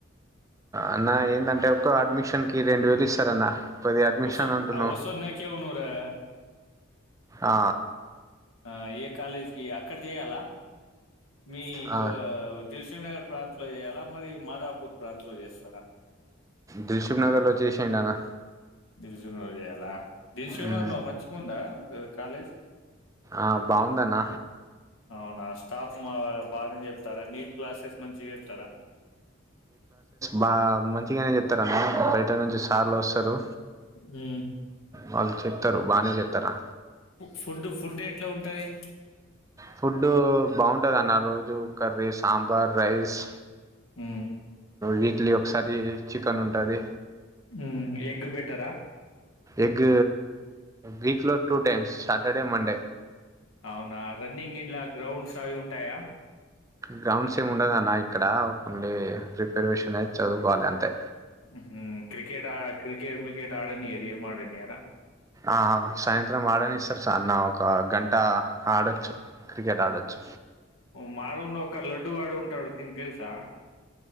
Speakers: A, on the right (about 15°); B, on the left (about 80°).
A: అన్న ఏందంటే ఒక్క అడ్మిషన్ కి రెండు వేలు ఇస్తారన్న పది అడ్మిషన్
B: వసో
A: అంటున్నావు
B: వసద్ నాకవు నురా
A: ఆ,
B: ఆ ఏ కాలేజీకి అక్కడ చేయాలా మీకు
A: ఆ,
B: దిల్సుగ్నగర్ బ్రాంచ్ చేయాలా మరి మాదాపూర్ బ్రాంచ్ లో చేస్తారా
A: దిల్సుగు నగర్లో చేసేయండి అన్న
B: దిల్సుగ్నగర్ లో చేయాలా దిల్సుగ్నగర్
A: ఉమ్,
B: లో మంచిగుందా కాలేజ్
A: ఆ బాగుందన్న
B: అవునా స్టాఫ్ మా బానే చెప్తారా నీట్ క్లాసెస్ మంచి చెప్తారా
A: బాగా మంచిగానే చెప్తారన్న బయట నుంచి సార్లు వస్తారు
B: మ్మ్
A: వాళ్ళు చెప్తారు బానే చెప్తారా
B: ఫుడ్ ఫుడ్డు ఎట్లా ఉంటది
A: ఫుడ్డు బాగుంటదన్న రోజు కర్రీ సాంబార్ రైస్
B: మ్మ్
A: విక్లీ ఒకసారి చిక్ పని ఉంటాది
B: మ్మ్ ఎగ్ బెటరా
A: ఎగ్ వీక్ లో టూ టైమ్స్ సాటర్డే మండే.
B: అవునా రన్నింగ్ ఇన్లా గ్రౌండ్స్ అవి ఉంటాయా.
A: గ్రౌండ్స్ ఏమి ఉండది అన్న ఇక్కడ ఓన్లీ ప్రిపరేషన్ అయి చదువుకోవాలి అంతే
B: ఉహు క్రికెట్ ఆ క్రికెట్ మ్రికెట్ ఆడనియారు ఏం ఆడనియార.
A: ఆ సాయంత్రం ఆడనిస్తారు. సర్ నా ఒక గంట ఆడొచ్చు. క్రికెట్ ఆడొచ్చు.
B: మా రూమ్ లో ఒక లడ్డుగాడు ఉంటాడు దీనికి తెలుసా?